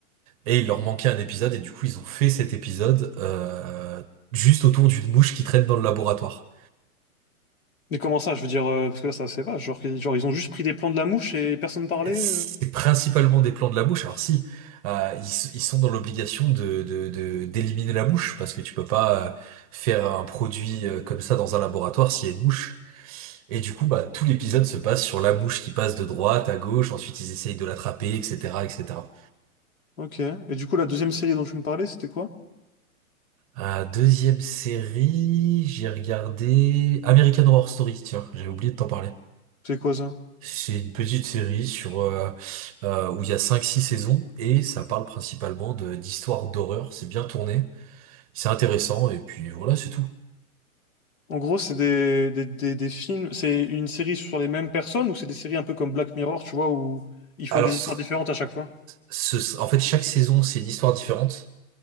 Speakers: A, on the right; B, on the left.
A: Et il leur manquait un épisode, et du coup, ils ont fait cet épisode euh, juste autour d'une mouche qui traîne dans le laboratoire.
B: Mais comment ça, je veux dire, euh, parce que là, ça, c'est vache. Genre, qu'ils- genre, ils ont juste pris des plans de la mouche et personne parlait.
A: C'est
B: euh.
A: principalement des plans de la mouche. Alors si, euh, ils, s- ils sont dans l'obligation de, de, de- d'éliminer la mouche, parce que tu peux pas euh, faire un produit euh, comme ça dans un laboratoire s'il y a une mouche. Et du coup, bah, tout l'épisode se passe sur la mouche qui passe de droite à gauche, ensuite ils essayent de l'attraper, etc., etc.
B: Ok. Et du coup, la deuxième série dont tu me parlais, c'était quoi?
A: Euh, deuxième série, j'ai regardé American Horror Story, tiens, j'ai oublié de t'en parler.
B: C'est quoi ça?
A: C'est une petite série sur euh, euh, où il y a cinq, six saisons et ça parle principalement de d'histoires d'horreur, c'est bien tourné, c'est intéressant et puis voilà, c'est tout.
B: En gros, c'est des, des, des, des films, c'est une série sur les mêmes personnes ou c'est des séries un peu comme Black Mirror, tu vois, où ils font
A: Alors,
B: des
A: ce-
B: histoires différentes à chaque fois?
A: ce- en fait, chaque saison, c'est une histoire différente,